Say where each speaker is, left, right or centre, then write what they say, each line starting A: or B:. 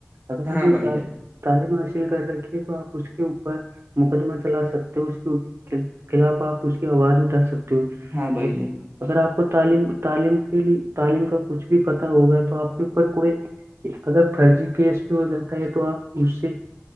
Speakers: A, on the right; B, on the right.
A: اگر
B: ہاں
A: آپ نے
B: بھائی جان
A: تعلیم حاصل کر رکھیے تو آپ اس کے اوپر مقدمہ چلا سکتے ہو اس کے خلاف آپ اس کی آواز اٹھا سکتے ہو
B: ہاں بھائی
A: اور
B: جان
A: اگر آپ کو تعلیم تعلیم کے لیے تعلیم کا کچھ بھی پتا ہوگا تو آپ کے اوپر کوئی اگر فرجی کیس بھی ہو جاتا ہے تو آپ اس سے